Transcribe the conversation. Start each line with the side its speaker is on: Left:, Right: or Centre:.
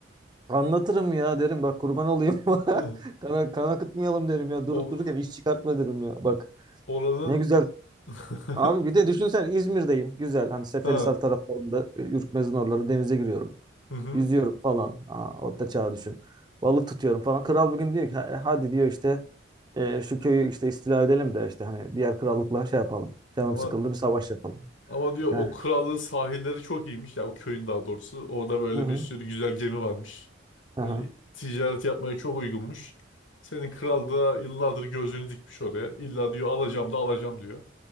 Right: anlatırım ya derim bak kurban olayım. <laughs>
Left: <laughs>
Right: Kana, kan akıtmayalım derim ya durup
Left: o
Right: dururken iş çıkartma derim ya bak.
Left: oranın
Right: Ne güzel
Left: <laughs>
Right: Abi bir de düşünsen İzmir'deyim. Güzel. Hani Seferihisar
Left: ha
Right: taraflarında e, Ürkmez'in oraları denize giriyorum.
Left: hı hı.
Right: Yüzüyorum falan. Aa, orta çağ düşün. Balık tutuyorum falan. Kral bir gün diyor ki "Ha- e, hadi diyor işte e, şu köyü işte istila edelim de işte hani diğer krallıkla şey yapalım. Canım
Left: Ama
Right: sıkıldı bir savaş yapalım.
Left: ama diyor
Right: Yani.
Left: o krallığın sahilleri çok iyiymiş ya o köyün daha doğrusu. Orada böyle
Right: Hı hı.
Left: bir sürü güzel gemi varmış.
Right: Aha.
Left: Böyle ticaret yapmaya çok uygunmuş. Senin kral da yıllardır gözünü dikmiş oraya. İlla diyor alacağım da alacağım diyor.